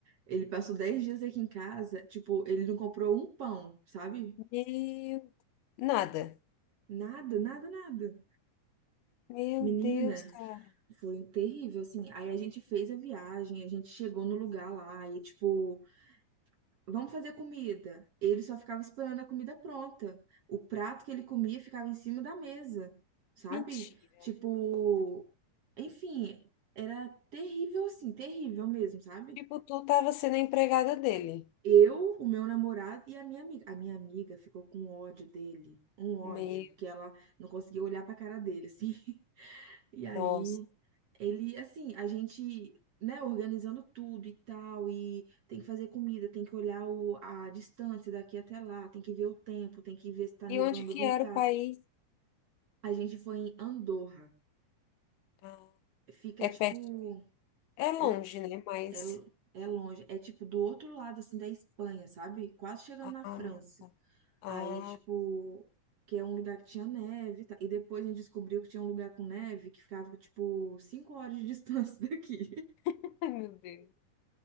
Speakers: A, on the right; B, on the left.
A: Ele passou 10 dias aqui em casa, tipo, ele não comprou um pão, sabe?
B: meu, nada.
A: Nada, nada, nada.
B: Meu
A: Menina,
B: Deus, cara.
A: foi terrível, assim. Aí a gente fez a viagem, a gente chegou no lugar lá e, tipo, vamos fazer comida. Ele só ficava esperando a comida pronta. O prato que ele comia ficava em cima da mesa, sabe?
B: Mentira.
A: Tipo, enfim, era terrível, assim, terrível mesmo, sabe?
B: Tipo, tu tava sendo a empregada dele.
A: Eu, o meu namorado e a minha amiga. A minha amiga ficou com ódio dele, um ódio,
B: Meu,
A: que ela não conseguia olhar pra cara dele, assim. <laughs> E aí,
B: nossa.
A: ele, assim, a gente, né, organizando tudo e tal, e tem que fazer comida, tem que olhar o- a distância daqui até lá, tem que ver o tempo, tem que ver se tá nevando
B: E onde que
A: ou não
B: era
A: tá.
B: o país?
A: A gente foi em Andorra.
B: Ah,
A: Fica,
B: é
A: tipo,
B: perto, é longe,
A: é,
B: né? Mas,
A: é, é longe, é tipo do outro lado, assim, da Espanha, sabe? Quase chegando
B: ah,
A: na França.
B: ah,
A: Aí, tipo, que é um lugar que tinha neve, e tal. E depois a gente descobriu que tinha um lugar com neve que ficava, tipo, cinco horas de <laughs> distância daqui.
B: <laughs> ai, meu Deus.